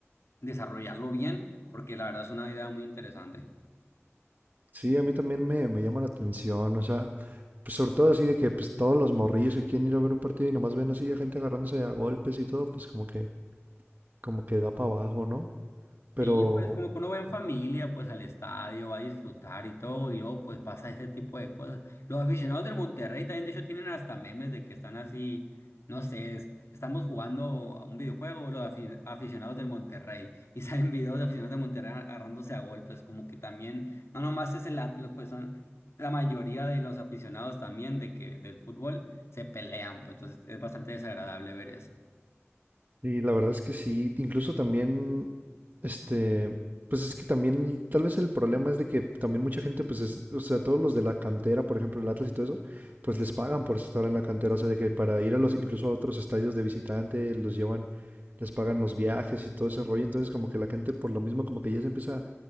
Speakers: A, on the left; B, on the right.
A: desarrollarlo bien, porque la verdad es una idea muy interesante.
B: Sí, a mí también me, me llama la atención, o sea, pues sobre todo así de que pues todos los morrillos que quieren ir a ver un partido y nomás ven así a gente agarrándose a golpes y todo, pues como que, como que da para abajo, ¿no? Pero,
A: Sí, pues como que uno va en familia, pues al estadio, va a disfrutar y todo, y luego pues pasa ese tipo de cosas. Los aficionados del Monterrey también de hecho tienen hasta memes de que están así, no sé, es- estamos jugando a un videojuego, los afi- aficionados del Monterrey, <laughs> y salen videos de aficionados del Monterrey agarrándose a golpes, como que también, no nomás es el Atlas, pues son la mayoría de los aficionados también de que del fútbol se pelean, pues entonces es bastante desagradable ver eso.
B: Y la verdad es que sí, incluso también, este, pues es que también, tal vez el problema es de que también mucha gente, pues es, o sea, todos los de la cantera, por ejemplo, el Atlas y todo eso, pues les pagan por estar en la cantera, o sea, de que para ir a los, incluso a otros estadios de visitante, los llevan, les pagan los viajes y todo ese rollo, entonces como que la gente por lo mismo como que ya se empieza